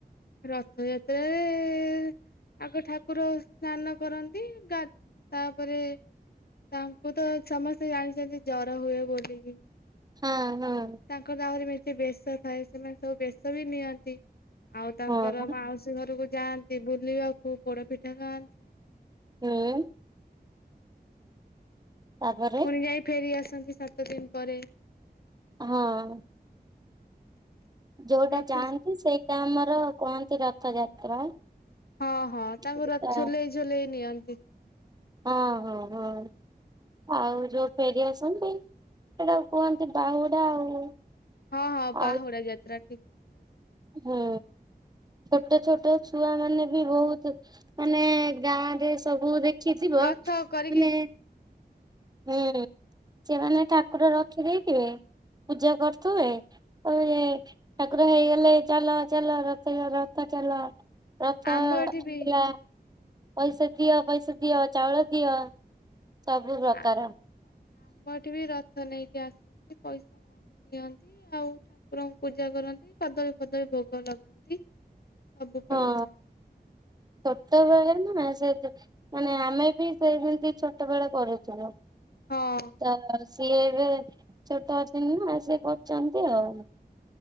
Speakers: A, on the left; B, on the right.
A: ରଥଯାତ୍ରାରେ ଆଗ ଠାକୁର ସ୍ନାନ କରନ୍ତି ଗା ତାପରେ ତାଙ୍କୁ ତ ସମସ୍ତେ ଜାଣିଛନ୍ତି ଜର ହୁଏ ବୋଲିକି।
B: ହଁ ହଁ।
A: ତାଙ୍କର ଆହୁରି ମେଞ୍ଚେ ବେଶ ଥାଏ ସେମାନେ ସବୁ ବେଶ ବି ନିଅନ୍ତି ଆଉ ତାଙ୍କର
B: ହଁ
A: ମାଉସି ସି ଘରକୁ ଯାଆନ୍ତି ବୁଲିବାକୁ ପୋଡ ପିଠା ଖାଆନ୍ତି।
B: ହୁଁ। ତାପରେ
A: ଫୁଣି ଯାଇ ଫେରି ଆସନ୍ତି ସାତ ଦିନ ପରେ।
B: ହଁ। ଯୋଉଟା
A: ରଥ
B: ଯାଆନ୍ତି ସେଇଟା ଆମର କୁହନ୍ତି ରଥଯାତ୍ରା।
A: ହଁ ହଁ ତାଙ୍କୁ
B: ଯୋଉଟା
A: ର ଝୁଲେଇ ଝୁଲେଇ ନିଅନ୍ତି।
B: ହଁ ହଁ ହଁ। ଆଉ ଯୋଉ ଫେରି ଆସନ୍ତି ସେଟାକୁ କୁହନ୍ତି ବାହୁଡା ଆଉ।
A: ହଁ ହଁ ବାହୁଡା
B: ଆଉ
A: ଯାତ୍ରା ଠିକ କଥା କହିଛ।
B: ହୁଁ। ଛୋଟ ଛୋଟ ଛୁଆ ମାନେ ବି ବହୁତ ମାନେ ଗାଁ ରେ ସବୁ ଦେଖ ଦେଖିଥିବ
A: ରଥ
B: ମାନେ
A: କରିକି
B: ହୁଁ ସିଏ ମାନେ ଠାକୁର ରଖିଦେଇଥିବେ ପୂଜା କରୁଥିବେ। ହ ଠାକୁର ହେଇଗଲେ ଚାଲ ଚାଲ ରଥ ରଥ ଚାଲ। ରଥ
A: ଆମ
B: ଆସିଲା।
A: ଏଠି ବି
B: ପଇସା ଦିଅ ପଇସା ଦିଅ ଚାଉଳ ଦିଅ ସବୁ ପ୍ରକାର।
A: ଆ ଆମ ଏଠି ବି ରଥ ନେଇକି ଆସନ୍ତି ପଇସା ମା ନିଅନ୍ତି ଆଉ ଠାକୁରଙ୍କୁ ପୂଜା କରନ୍ତି କଦଳୀ ଫଦଳୀ ଭୋଗ ଲଗାନ୍ତି। ସବୁ କରନ୍ତି।
B: ହଁ ଛୋଟବେଳେ ନା ସେ ଯୋଉ ମାନେ ଆମେ ବି ସେଇ ସେମିତି ଛୋଟ ବେଳ କରୁଥୁଲୁ।
A: ହଁ।
B: ତ ସିଏ ଏବେ ଛୋଟ ଅଛନ୍ତି ନା ସିଏ କରୁଛନ୍ତି ଆଉ